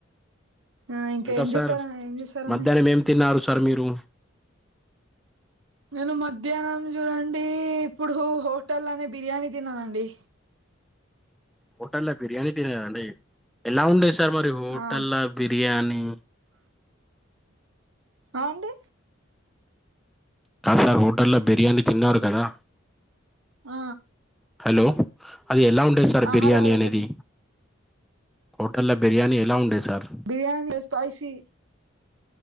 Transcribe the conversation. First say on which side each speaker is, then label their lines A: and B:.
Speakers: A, on the right; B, in the centre.
A: ఆ
B: ఇంకా
A: ఏం చేస్తారా
B: సార్
A: ఏం చేస్తారండి
B: మధ్యాహ్నం ఏం తిన్నారు సార్ మీరు
A: నేను మధ్యాహ్నం చూడండి ఇప్పుడు హోటల్ నే బిర్యానీ తిన్నానండి
B: హోటల్ బిర్యానీ తినారండి ఎలా ఉండెస్ సార్ మరి హోటల
A: ఆ
B: బిర్యానీ
A: ఆండి
B: కాసార్ హోటల్ల బిర్యానీ తిన్నారు కదా
A: ఆ
B: హలో అది ఎలా ఉండేది సార్
A: ఆ
B: బిర్యానీ
A: హలో హలో
B: అనేది
A: చెప్పండి
B: హోటల్ల బిర్యానీ ఎలా ఉండేది సార్
A: బిర్యానీ ఎస్ స్పైసి